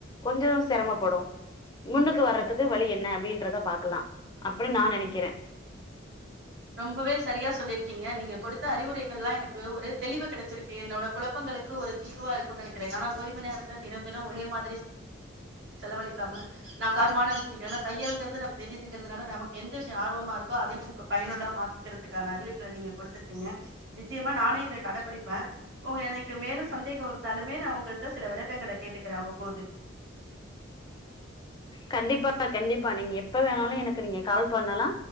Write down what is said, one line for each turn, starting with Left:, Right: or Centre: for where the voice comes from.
Left: கொஞ்சம் சிரமப்படும் முன்னுக்கு வர்றதுக்கு வழி என்ன அப்டின்றத பாக்கலா அப்பிடி நா நெனைக்கறே
Right: ரொம்பவே சரியா சொல்லிருக்கீங்க நீங்க கொடுத்த அறிவுரைகள் எல்லா எனக்கு ஒரு தெளிவு கிடைச்சிருக்கு என்னோட குழப்பங்களுக்கு ஒரு தீர்வா இருக்குன்னு நினைக்கிறே ஆனா ஓய்வு நேரத்துல தினம் தின ஒரே மாதிரி செலவழிக்காம <unintelligible> தையல்ங்கிறது நமக்கு தெரியுதுங்கிறதுதுனால நமக்கு எந்த விஷய ஆர்வமா இருக்கோ அதே நமக்கு பயனுள்ளதா மாத்திக்கறதுக்கான அறிவுரைகளை நீங்க கொடுத்துருக்கீங்க நிச்சயமா நானே இத கடைபிடிப்ப உங்க எனக்கு மேலு சந்தேக இருந்தாலுமே நா உங்கள்ட்ட சில விளக்கங்கள கேட்டுக்கறே அவ்வப்போது
Left: கண்டிப்பா பா கண்டிப்பா நீங்க எப்ப வேணாலு எனக்கு நீங்க கால் பண்ணலா